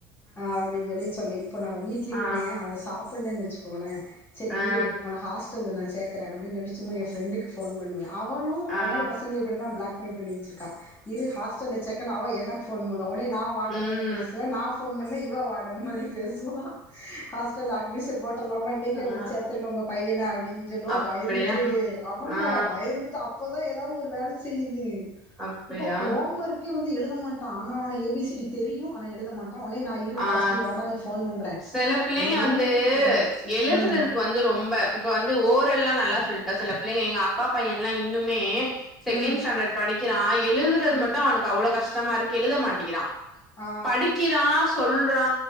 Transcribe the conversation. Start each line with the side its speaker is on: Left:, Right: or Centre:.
Left: அப்டின் சொல்லி சொன்னே இப்ப நா வீட்லயுமே
Centre: ஆ
Left: அவ சாப்பிட்லன் வெச்சுக்கோங்களே சேரி
Centre: ஆ
Left: இரு ஒன்ன ஹாஸ்டல்ல நா சேக்குறே அப்டின் சொல்லிட்டு சும்மா எ ஃப்ரெண்டுக்கு ஃபோன் பண்ணுவே அவளு
Centre: ஆ
Left: அவுங்க பசங் கள் இப்டி தா பிளாக் மெயில் பண்ணி வெச்சிருக்கா இரு ஹாஸ்டல்ல செக்கேனு அவ எனக்கு ஃபோன் பண்ணா ஒட்னே நா வார்டன்
Centre: ம்
Left: மாரி பேசுவே நா ஃபோன் பண்ணா இவ வார்டன் மாரி பேசுவா ஹாஸ்டல்ல அட்மிஷன் போட்றலாமா இன்னைக்கே
Centre: ஆ
Left: வந்து சேத்துருங்க ஒங்க பையன அப்டின் சொல்லுவா
Centre: அப்டியா
Left: பயந்துட்டு ஆமா
Centre: ஆ
Left: பயந்துட்டு அப்பதா எதாவ்து ஒரு வேல செய்யுது
Centre: அப்டியா
Left: இப்ப ஹோம் ஒர்கே வந்து எழுத மாட் டா ஆனா ஆவனா ஏ பி சி டி தெரியு ஆனா எழுத மாட்டா ஒனே நா இரு ஹாஸ்டல்
Centre: ஆ
Left: வார்டனுக்கு ஃபோன் பண்றே
Centre: சில பிள்ளைங்க
Left: அந்த ரிங்
Centre: வந்து
Left: அடிக்கிற
Centre: எழுதுறதுக்கு
Left: ம்
Centre: வந்து ரொம்ப இப்ப வந்து ஓரெல்லா நல்லா சொல்லிட்டா சில பிள்ளைங்க எங்க அக்கா பைய எல்லா இன்னுமே செகண்ட்
Left: ம்
Centre: ஸ்டாண்டர்ட் படிக்கிறா எழுதுறது
Left: ம்
Centre: மட்டு அவனுக்கு அவ்ளோ கஷ்டமா இருக்கு எழுத மாட்டேக்கிறா
Left: ஆ
Centre: படிக்கிறா சொல்றா